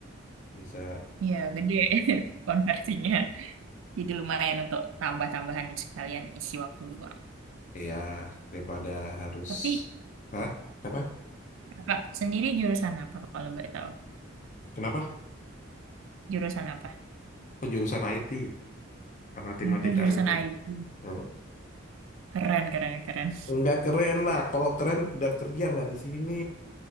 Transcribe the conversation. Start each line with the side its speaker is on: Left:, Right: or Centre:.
Left: bisa
Right: Iya gede <laughs> konversinya. Jadi lumayan untuk tambah-tambahan sekalian isi waktu luang.
Left: ya daripada harus
Right: Tapi
Left: Hah? apa
Right: Kakak sendiri jurusan apa kalau boleh tahu?
Left: kenapa
Right: Jurusan apa?
Left: oh, jurusan IT matematika
Right: Hmm, jurusan
Left: IT
Right: IT.
Left: Eh,
Right: Keren, keren, keren.
Left: nggak keren lah kalau keren udah kerja nggak di sini